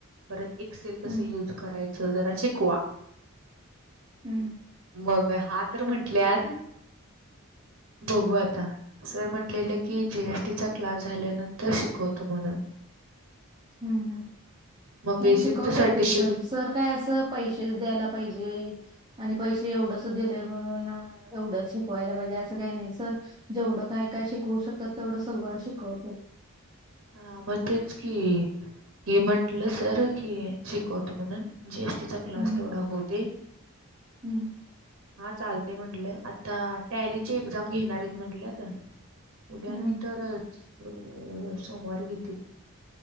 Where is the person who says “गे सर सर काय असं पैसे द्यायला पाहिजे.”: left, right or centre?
Right